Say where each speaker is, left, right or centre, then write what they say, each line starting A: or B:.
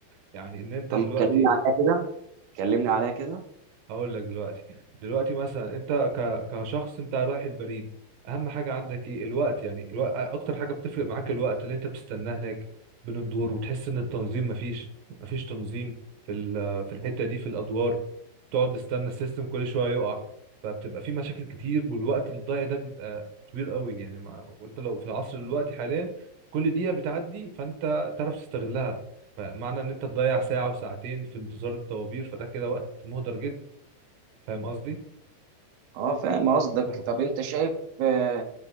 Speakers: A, on the right; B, on the right.
A: يعني ان انت
B: طب
A: دلوقتي
B: كلمني عليها كده كلمني عليها كده
A: هقول لك دلوقتي دلوقتي مثلا انت ك... كشخص انت رايح البريد اهم حاجه عندك ايه الوقت يعني الوقت اكتر حاجه بتفرق معاك الوقت اللي انت بتستناه هناك بين الدور وتحس ان التنظيم مفيش مفيش تنظيم في ال... في الحته دي في الادوار تقعد تستنى السيستم كل شويه يقع فبتبقى في مشاكل كتير والوقت الضايع ده بيبقى كبير قوي يعني ما... وانت لو في العصر دلوقتي حاليا كل دقيقه بتعدي فانت تعرف تستغلها فمعنى ان انت تضيع ساعه وساعتين في انتظار الطوابير فده كده وقت مهدر جدا فاهم قصدي
B: اه فاهم قصدك
A: ف-
B: طب انت شايف آه،